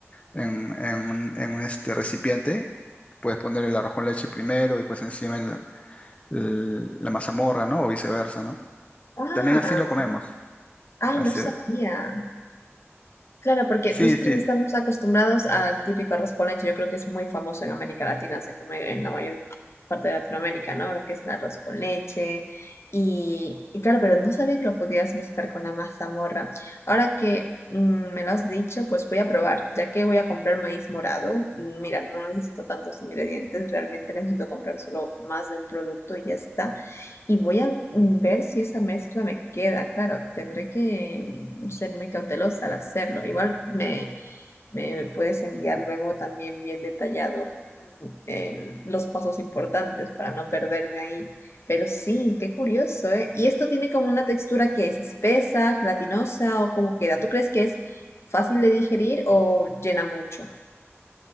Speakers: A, on the left; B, on the left.
A: en- en un, en un, este, recipiente. Puedes poner el arroz con leche primero y pues encima el- el- la mazamorra, ¿no? O viceversa, ¿no?
B: Ah,
A: También así lo comemos.
B: ay,
A: Así
B: no sabía.
A: es.
B: Claro, porque
A: Sí,
B: nosotros
A: sí.
B: no estamos acostumbrados al típico arroz con leche. Yo creo que es muy famoso en América Latina, se come en la mayor parte de Latinoamérica, ¿no? Lo que es el arroz con leche. Y, y claro, pero no sabía que lo podías mezclar con la mazamorra. Ahora que mm, me lo has dicho, pues voy a probar, ya que voy a comprar maíz morado. mm, Mira, no necesito tantos ingredientes, realmente necesito comprar solo más de un producto y ya está. Y voy a mm, ver si esa mezcla me queda. Claro, tendré que mm, ser muy cautelosa al hacerlo. Igual me, me puedes enviar luego también bien detallado mm, el- los pasos importantes para no perderme ahí. Pero sí, qué curioso, ¿eh? Y esto tiene como una textura que es espesa, gelatinosa o cómo queda. ¿Tú crees que es fácil de digerir o llena mucho?